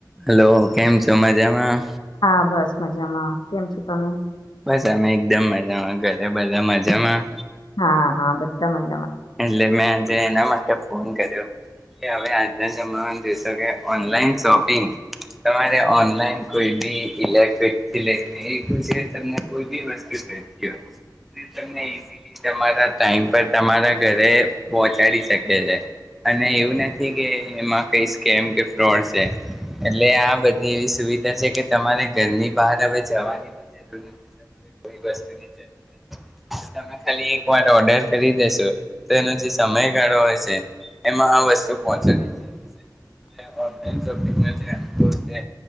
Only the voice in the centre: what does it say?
Hello કેમ છો મજામાં?
બસ અમે એકદમ મજામાં. ઘરે બધા મજામાં?
એટલે મે એના માટે ફોન કર્યો, કે હવે આજના જમામાં જોઈશો કે ઓનલાઈન શોપિંગ, તમારે ઓનલાઈન કોઈ બી ઇલેક્ટ્રિકથી લઈને એ તમને કોઈ બી વસ્તુ લો હો તમને ઈઝલી તમારા ટાઈમ પર તમારા ઘ પહોચાડી શકે છે અને એવું નથી કે એમાં કઈ સ્કેમ કે ફ્રોડ છે એટલે આ બધી એવી સુવિધા છે, કે તમારે ઘરની બહાર હવે જવાનીી જરૂર નથી, કોઈ વસ્તુની જરૂર તમે ખાલી એક વાર ઓર્ડર કરી દેેશો. તો એનો જે સમયગાળો હોય છે એમાં આ વસ્તુ પહોચવીઈપુ છે